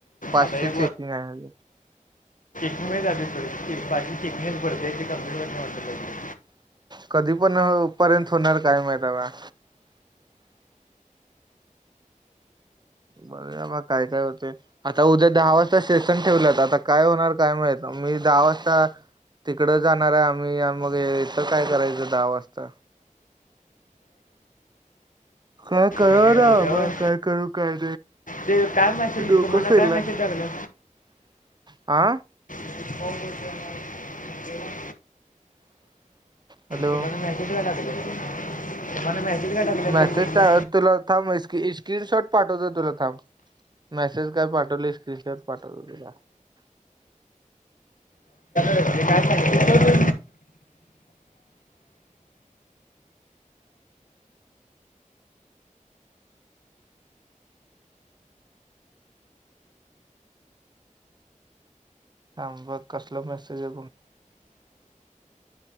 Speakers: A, on the right; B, on the left.
A: पाचशे
B: आता हे
A: चेकिंग हाय अजून
B: कमी झालय थोडीशी पाचशे चेकिंगच पडतय ते कंप्लीट होत नाही वाटतं लवकर
A: कधी पण पर्यंत होणार काय माहित हाय बघुया बा काय काय होतय? आता उद्या दहा वाजता सेशन ठेवलंत आता काय होणार काय माहीत? मी दहा वाजता तिकड जाणार आहे आम्ही मग इथं काय करायचं दहा वाजता? काय कळणा
B: कधी उद्यावर
A: बाबा काय करू काय?
B: ते काय मॅसेज
A: डोकं
B: तुम्हाला
A: फिरलंय
B: काय मॅसेज टाकलं
A: आ.
B: कोण बोलतय मला <unintelligible>
A: हॅलो
B: तुम्हाला मॅसेज काय टाकलाय तुम्हाला मॅसेज? काय टाकलं
A: मॅसेज
B: ते ग्रुपला
A: टा तुला थांब इस क्की इस स्क्रीनशॉट पाठवतो तुला थांब मॅसेज काय पाठवली स्क्रीनशॉट पाठवतो तुला
B: हे काय सांगितलं
A: थांब बघ कसला मॅसेज आहे बघ.